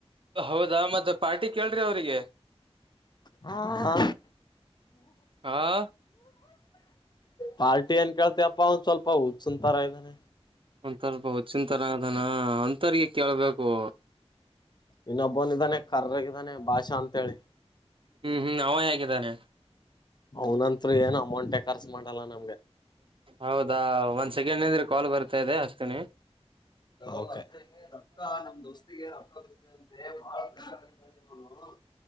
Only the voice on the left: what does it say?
ಹಾ ಹಾ
ಪಾರ್ಟಿ ಏನ್ ಕೇಳ್ತಿಪ್ಪ ಒಂದ್ ಸ್ವಲ್ಪಾ ಹುಚ್ಚನ್. ಪ ಮನೆ
ಇನ್ನೊಬ್ಬೊನಿದಾನೆ ಕರ್ರಗಿದಾನೇ ಭಾಷಾ ಅಂತೇಳಿ.
ಅವನಂತ್ರು ಏನು ಅಮೌಂಟೇ ಖರ್ಚ್ ಮಾಡಲ್ಲಾ ನಮ್ಗೆ.
ಓಕೆ ರಕ್ಕಾ ನಮ್ ದೋಸ್ತಿಗೆ ರೊಕ್ಕಾ ಬಾಳ್ ಬೇಕಾಗಿದೆಯಂತೆ. <inaudible>